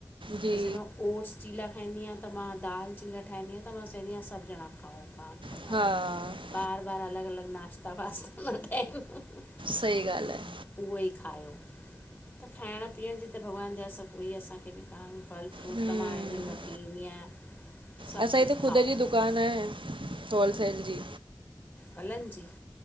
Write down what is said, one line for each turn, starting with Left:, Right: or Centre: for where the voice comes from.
Right: जी
Left: जैसे मां ओट्स चीला ठाहींदी आहियां त मां दाल चीला ठाहींदी आहियां त मां चवींदी आहियां सभु बिना खां पान। प
Right: हा।
Left: <unintelligible> बार बार अलॻ अलॻ नाश्ता वास्ता मंदा आहिनि। <unintelligible>
Right: सही ॻाल्हि आहे।
Left: उहो ई खायो त खाइण पीअण जी त भॻवान जा असां कोई असांखे बि कान। फल फ्रूट
Right: हम्म
Left: त मां आएडिन वठी ईंदी आहियां। सभु
Right: असांजी
Left: कुझु
Right: त ख़ुद
Left: खाओ
Right: जी दुकान आहे होलसेल जी
Left: फलन जी?